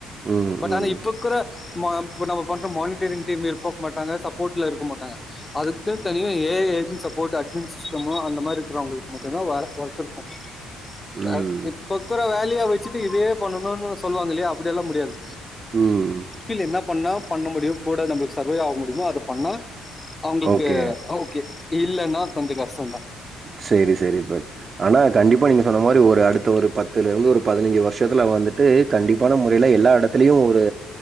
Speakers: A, on the right; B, on the left.
A: ம்
B: பட்
A: ம்
B: ஆனா இப்ப கூட மா இப்ப நம்ப பண்ற மானிட்டெய்ரிங் டீம் <unintelligible> மாட்டாங்க சப்போர்ட்ல இருக்க மாட்டாங்க அதுக்குன்னு தனியா A A I agent support admin சிஸ்டமோ அந்த மாரி இருக்குறவங்களுக்கு மட்டுந்தா வேல ஒர்க இருக்கு
A: ம்
B: கா இப்பக்கூட வேலையா வெச்சிட்டு இதையே பண்ணணுன்னு சொல்லுவாங்க இல்லையா அப்டியெல்லா முடியாது
A: ம்
B: இல்ல என்னா பண்ணா பண்ண முடியு கூட நம்ளுக்கு சர்வே ஆக முடியுமா அத பண்ணா அவுங்ளுக்கு
A: ஓகே
B: ஓகே இல்லன்னா கொஞ்சோ கஷ்டோதா
A: சேரி சேரி பட் ஆனா கண்டிப்பா நீங்க சொன்ன மாரி ஒரு அடுத்த ஒரு பத்துல இருந்து ஒரு பதினைஞ்சு வருஷத்துல வந்துட்டு கண்டிப்பான முறையில எல்லா எடத்துலயு ஒரு